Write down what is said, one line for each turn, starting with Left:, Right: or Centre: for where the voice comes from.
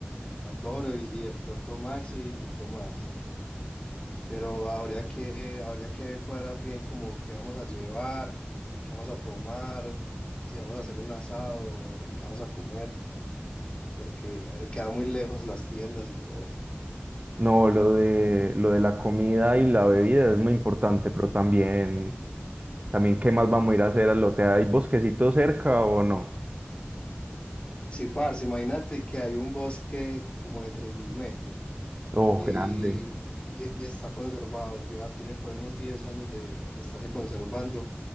Left: a Toro y, y de pronto Maxi y Tomás. pero habría que, habría que cuadrar bien como qué vamos a llevar, qué vamos a tomar, si vamos a hacer un asado o qué vamos a comer, porque eh, queda muy lejos las tiendas y todo.
Right: No, lo de, lo de la comida y la bebida es muy importante, pero también, también ¿qué más vamos a ir a hacer al lote? ¿Hay bosquecito cerca o no?
Left: Sí, parce, imagínate que hay un bosque como de 3.000 metros
Right: Oh,
Left: y,
Right: grande.
Left: y- y está conservado, lleva, tiene por ahí unos 10 años de, de estarse conservando,